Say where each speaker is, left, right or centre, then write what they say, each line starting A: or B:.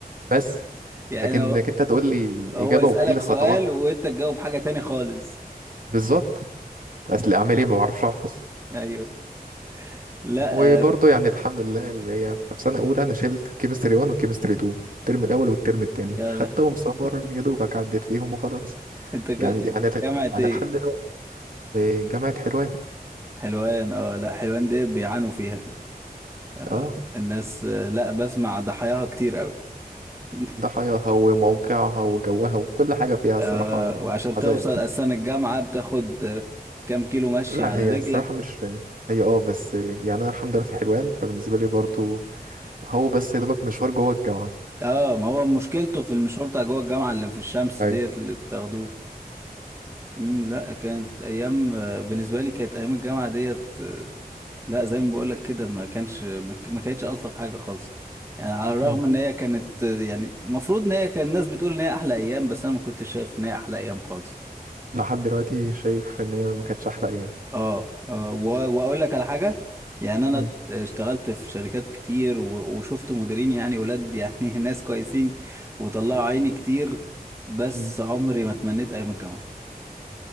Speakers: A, on the right (about 60°); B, on the right (about 15°).
A: بس
B: يعني
A: لكن
B: هو
A: لكن انت تقول لي
B: هو
A: اجابه
B: يسألك
A: وحل خطوات
B: سؤال وانت تجاوب حاجه تاني خالص
A: بالظبط اصل اعمل ايه ما بعرفش احفظ
B: ايوه لا
A: وبرضه
B: آه،
A: يعني الحمد لله اللي هي في سنه اولى انا شلت كيمستري 1 وكيمستري 2 الترم الاول والترم التاني
B: يلا
A: خدتهم سمر
B: <laughs>
A: يا دوبك عديت فيهم وخلاص
B: انت ك-
A: يعني يعني
B: جامعة
A: يعني
B: ايه
A: لحد دلوقتي جامعه حلوان
B: حلوان اه لا حلوان ديت بيعانوا فيها دي آه
A: اه
B: الناس آه لا بسمع ضحاياها كتير قوي <laughs>
A: ضحاياها وموقعها وجوها وكل حاجه فيها
B: آه
A: الصراحه
B: وعشان
A: عذاب
B: توصل اساسا الجامعة بتاخد آه كام كيلو مشي
A: لا
B: على
A: هي
B: رجلك
A: الصراحه مش هي اه بس يعني انا الحمد لله في حلوان فبالنسبه لي برضه هو بس يا دوبك مشوار جوه الجامعه
B: اه ما هو مشكلته في المشوار بتاع جوه الجامعة اللي في الشمس
A: ايوه
B: ديت اللي بتاخدوه امم لا كانت ايام آه، بالنسبة لي كانت ايام الجامعة ديت لا زي ما بقول لك كده ما كانش ما ما كانتش الطف حاجه خالص يعني على الرغم
A: مم.
B: ان هي كانت يعني المفروض ان هي كان الناس بتقول ان هي احلى ايام بس انا ما كنتش شايف ان هي احلى ايام خالص
A: لحد دلوقتي شايف ان هي ما كانتش احلى ايام
B: اه, آه و- واقول لك على حاجه يعني انا
A: مم.
B: اشتغلت في شركات كتير و- وشفت مديرين يعني ولاد يعني <laughs> ناس كويسين وطلعوا عيني كتير بس
A: مم.
B: عمري ما تمنيت ايام الجامعه